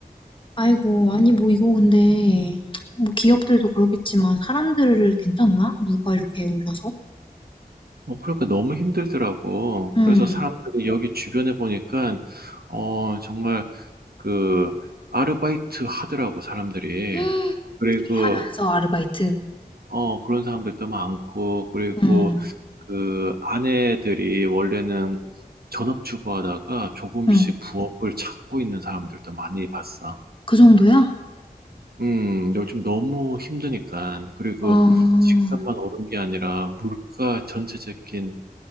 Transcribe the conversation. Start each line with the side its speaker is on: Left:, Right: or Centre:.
Left: 아이고, 아니, 뭐, 이거 근데, 뭐, 기업들도 그러겠지만, 사람들을 괜찮나? 누가 이렇게 올라서?
Right: 어, 그러니까 너무 힘들더라고.
Left: 음.
Right: 그래서 사람들이 여기 주변에 보니까 어, 정말 그 아르바이트 하더라고 사람들이.
Left: <gasps>
Right: 그리고
Left: 하면서 아르바이트.
Right: 어 그런 사람들도 많고 그리고
Left: 음,
Right: 그 아내들이 원래는 전업주부 하다가 조금씩
Left: 음.
Right: 부업을 찾고 있는 사람들도 많이 봤어.
Left: 그 정도야?
Right: 음, 요즘 너무 힘드니까. 그리고
Left: 아,
Right: 집값만 오른 게 아니라 물가 전체적인